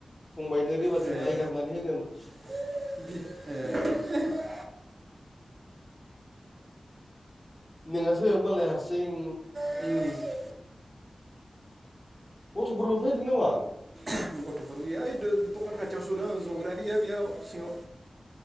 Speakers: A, on the left; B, on the right.
A: फंबायनो रिबातसना
B: ए
A: एगारनानै होगोन।
B: <unintelligible>
A: नोंहासो मालाय हारसिं
B: <unintelligible>
A: गथ'फोरबो फायदों नामा
B: गथ'फोर गैया ओइ दखान खाथियावसो जदों आं जग्रायानो गैया बेयाव सिङाव